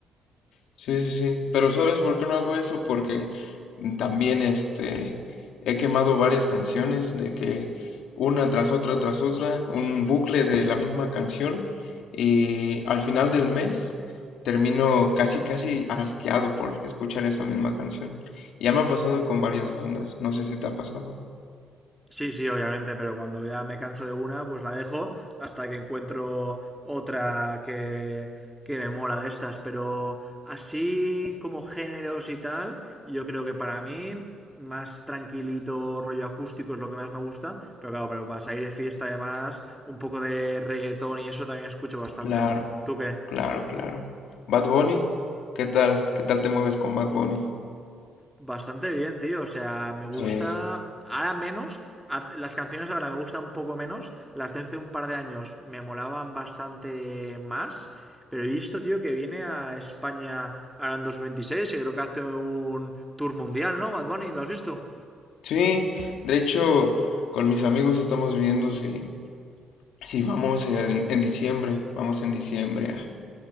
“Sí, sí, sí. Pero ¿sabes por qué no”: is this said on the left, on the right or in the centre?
Left